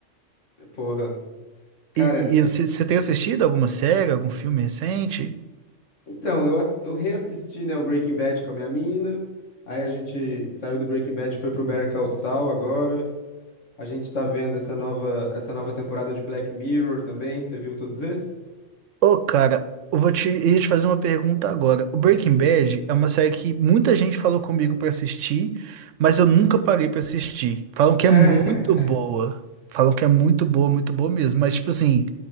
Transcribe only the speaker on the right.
E e você você tem assistido alguma série, algum filme recente?
Ô, cara, eu vou te, ia te fazer uma pergunta agora. O Breaking Bad é uma série que muita gente falou comigo pra assistir, mas eu nunca parei pra assistir. Falam que
é muito boa. Falam que é muito boa, muito boa mesmo. Mas, tipo assim,